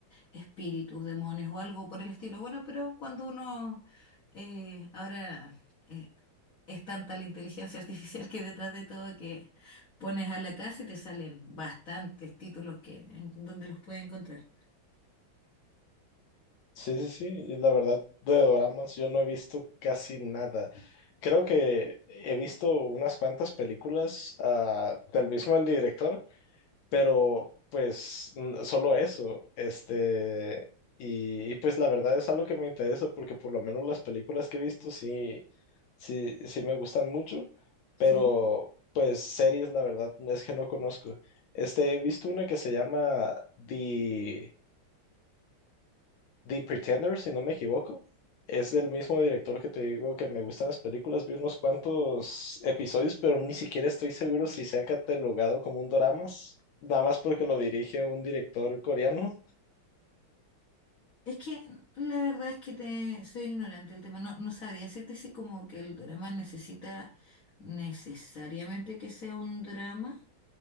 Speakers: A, on the left; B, on the left.
A: espíritus, demonios o algo por el estilo. Bueno, pero cuando uno eh, ahora eh, es tanta la inteligencia artificial que hay detrás de todo que pones a la casa y te salen bastantes títulos que en donde los puedes encontrar.
B: Sí, sí, sí. Y la verdad, de doramas yo no he visto casi nada. Creo que he visto unas cuantas películas ah, del mismo el director, pero pues n- solo eso. Este, y, y, pues la verdad es algo que me interesa porque por lo menos las películas que he visto sí, sí, sí me gustan mucho,
A: Sí.
B: pero pues series la verdad es que no conozco. Este, he visto una que se llama The The Pretender, si no me equivoco. Es del mismo director que te digo que me gustan las películas. Vi unos cuantos episodios, pero ni siquiera estoy seguro si se ha catalogado como un drama, nada más porque lo dirige un director coreano.
A: Es que la verdad es que te soy ignorante del tema. No, no sabría decirte si como que el drama necesita necesariamente que sea un drama